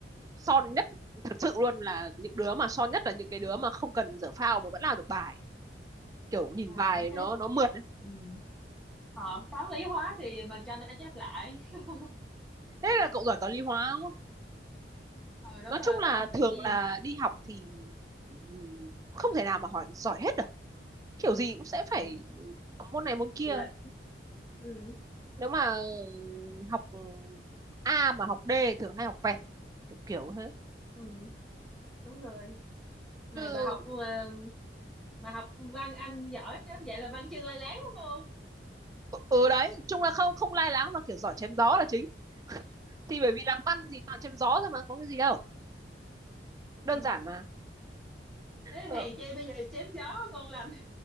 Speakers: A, on the right; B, in the centre.
A: son nhất thực sự luôn là những đứa mà son nhất là những cái đứa mà không cần dở phao mà vẫn làm được bài kiểu nhìn
B: à,
A: bài
B: thế
A: nó nó mượt ấy.
B: ừ. ờ, toán lý hóa thì mình cho nó chép lại <laughs>
A: thế là cậu giỏi toán lý hóa đúng không
B: ờ đúng
A: nói
B: rồi
A: chung là
B: tôi học tự
A: thường
B: nhiên
A: là đi học thì ừm, không thể nào mà hỏi giỏi hết được kiểu gì cũng sẽ phải
B: ừ.
A: có môn này môn kia
B: học lệch ừ.
A: nếu mà ừm, học A mà học D thường hay học vẹt kiểu kiểu thế
B: ừ. đúng rồi mà
A: ừ,
B: bà học ờ, mà học văn Anh giỏi chứ vậy là văn chương lai láng đúng không
A: ừ đấy chung là không không lai láng mà kiểu giỏi chém gió là chính thì bởi vì làm văn thì toàn chém gió thôi mà có cái gì đâu đơn
B: ừ
A: giản mà
B: thế
A: ừ.
B: hèn chi bây giờ chém gió ngon lành